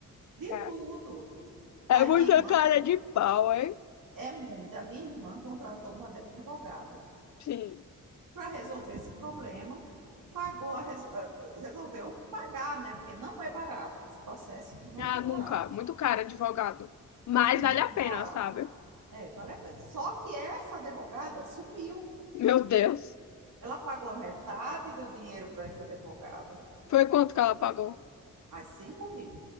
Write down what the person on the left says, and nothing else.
É.
É
muita
cara de pau, hein?
Sim.
Ah,
nunca.
Muito caro advogado. Mas
vale a pena,
sabe?
Meu Deus.
Foi quanto que ela pagou?